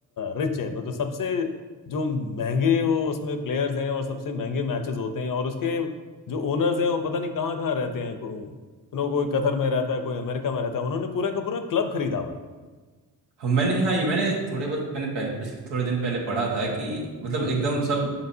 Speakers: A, on the left; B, on the right.
A: रिच है मतलब सबसे जो महंगे वो उसमें प्लेयर्स हैं और सबसे महंगे मैचेस होते हैं और उसके जो ओनर्स हैं वो पता नहीं कहाँ कहाँ रहते हैं को, नो कोई कतर में रहता है कोई अमेरिका में रहता है उन्होंने पूरा का पूरा क्लब खरीदा हुआ है
B: हम मैंने हाँ ये मैंने थोड़े बहुत मैंने पहले पिछले थोड़े दिन पहले पढ़ा था कि मतलब एकदम सब